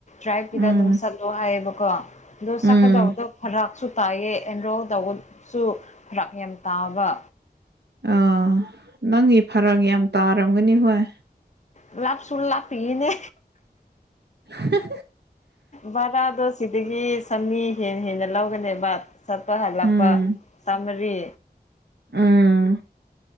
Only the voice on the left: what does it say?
ꯇ꯭ꯔꯥꯏꯞꯀꯤꯗ
ꯑꯗꯨꯝ ꯁꯠꯂꯣ ꯍꯥꯏꯌꯦꯕꯀꯣ ꯑꯗꯣ
ꯁꯛꯀꯗꯕꯗꯣ ꯗꯔꯛ ꯇꯥꯏꯌꯦ ꯑꯦꯟꯔꯣꯜ ꯇꯧꯕꯁꯨ ꯈꯔꯥꯛ ꯌꯥꯝ ꯇꯥꯕ꯫
ꯂꯥꯞꯁꯨ ꯂꯥꯄꯤꯅꯦ
ꯚꯔꯥꯗꯣ ꯁꯤꯗꯒꯤ ꯆꯅꯤ ꯍꯦꯟꯅ ꯍꯦꯟꯅ ꯂꯧꯒꯅꯦꯕ ꯆꯠꯄ ꯍꯜꯂꯛꯄ꯫
ꯇꯃꯔꯤ